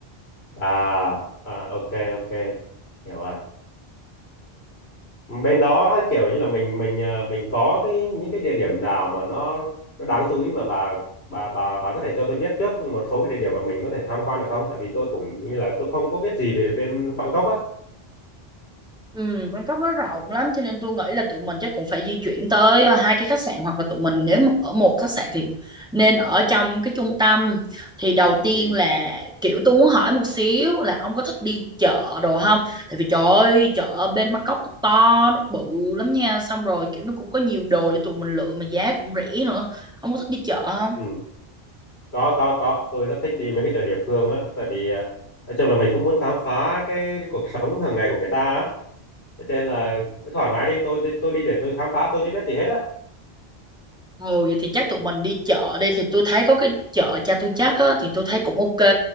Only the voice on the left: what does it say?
à à ok ok hiểu rồi Ừm, bên đó kiểu như là mình mình à, mình có cái những cái địa điểm nào mà nó nó đáng chú ý mà bà bà bà bà có thể cho tôi biết trước một số cái địa điểm mà mình có thể tham quan được không tại vì tôi cũng như là tôi không có biết gì về bên Bangkok á
ừ
ừ có có có tôi rất thích đi mấy cái chợ địa phương á tại vì à, nói chung là mình cũng muốn khám phá cái, cái cuộc sống hàng ngày của người ta á cho nên là cứ thoải mái đi tôi đi tôi đi để tôi khám phá tôi chưa biết gì hết á